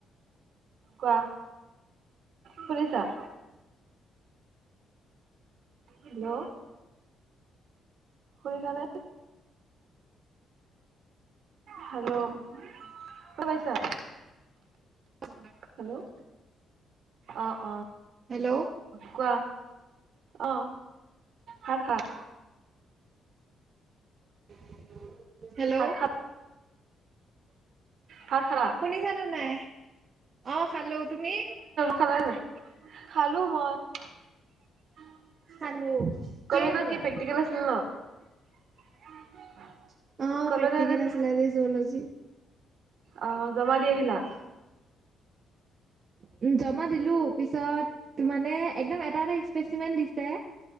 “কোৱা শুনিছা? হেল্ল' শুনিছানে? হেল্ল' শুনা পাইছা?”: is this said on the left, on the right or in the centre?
Right